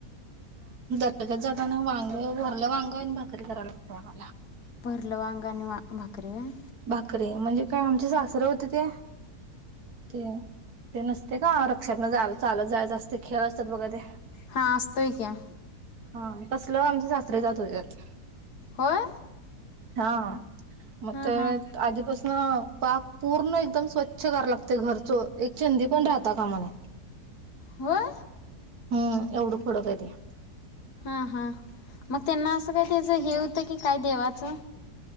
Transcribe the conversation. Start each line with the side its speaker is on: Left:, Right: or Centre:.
Right: जळगावन वांग, भरलं वांग आणि भाकरी कराय लागतय आम्हाला
Left: भरलं वांगं आणि भा भाकरी होय.
Right: भाकरीे, म्हणजे काय आमचे सासरं होते ते? ते ते नसतंय का? रिक्षातन जाय चालत जायचं असतय खेळ असतात बघा ते
Left: हां असतोय की.
Right: हा तसलं आमचे सासरे जात होत्यात.
Left: होय
Right: हा हा.
Left: हां
Right: तर
Left: हां
Right: आधीपासंन पाक पूर्ण एकदम स्वच्छ कराय लागतंय घरचं एक चिंदी पण राहता कामा नाही.
Left: होय?
Right: हम्म, एवढं कडक आहे ते.
Left: हा हां मग त्यांना असं काय? त्याच हे होतं की काय देवाचं?